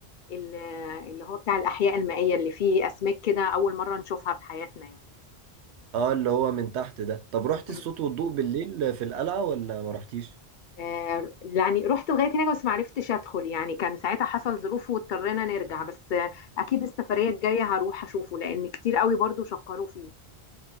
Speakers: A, on the left; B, on the right.
A: اللي اللي هو بتاع الأحياء المائية اللي فيه أسماك كده أول مرة نشوفها في حياتنا
B: اه اللي هو من تحت ده طب رحت
A: يعني
B: الصوت والضوء بالليل في القلعة ولا ما رحتيش
A: آه، يعني رحت لغايه هناك بس ما عرفتش ادخل يعني كان ساعتها حصل ظروف واضطرينا نرجع بس آه، اكيد السفريه الجايه هروح اشوفه لان كتير قوي برضو شكروا فيه